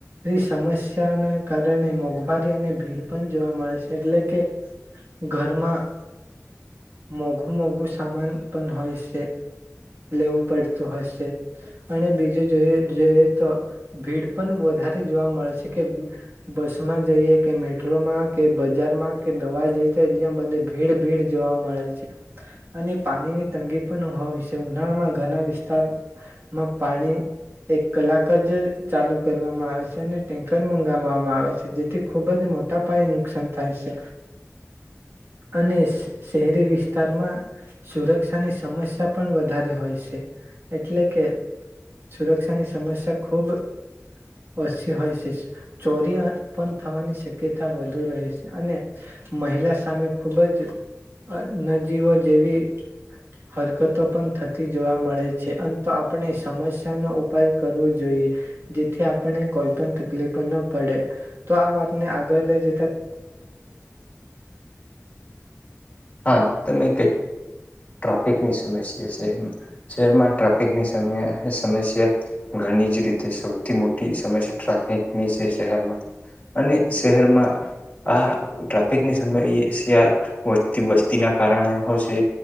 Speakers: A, on the right; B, on the left.
A: સમસ્યાના કારણે મોંઘવારી અને ભીડ પણ જોવા મળે છે એટલે કે ઘરમાં મોઘું મોઘું સામાન પણ હોયસ લેવું પડતું હશે અને બીજું જો જોઈ તો ભીડ પણ વધારે જોવા મળે કે બસમાં જઈએ કે મેટ્રોમાં કે બજારમાં કે દવા જે છે જ્યાં બધ ભીડ ભીડ જોવા મળે છે અને પાણીની તંગી પણ હોય છે ઉનાળામાં ઘણા વિસ્તારમાં પાણી એક કલાક જ ચાલુ કરવામાં આવે છે. ટેન્કર મંગાવવામાં આવે છે જેથી ખૂબ જ મોટા પાયે નુકસાન થાય છે અને શહેરી વિસ્તારમાં સુરક્ષાની સમસ્યા પણ વધારે હોય સે એટલે કે સુરક્ષાની સમસ્યા ખૂબ ઓછી હોય છે ચોરી પણ થવાની શક્યતા વધુ રહે છે અને મહિલા સામે ખૂબ જ નજીવો જેવી હરકતો પણ થતી જોવા મળે છે અ તો આપણે સમસ્યાનો ઉપાય કરવો જોઈએ જેથી આપણે કોઈ પણ તકલીફ ન પડે તો આ વાતને આગળ લે જ
B: તહા તમે <unintelligible> ટ્રાફિકની સમસ્યા સે શહેરમાં શહેરમાં ટ્રાફિકની સમ સમસ્યા ઘણી જ રીતે સૌથી મોટી સમસ્યા ટ્રાફિકની છે શહેરમાં અને શહેરમાં આ ટ્રાફિકની સમસ્યા વધતી વસ્તીના કારણે હશે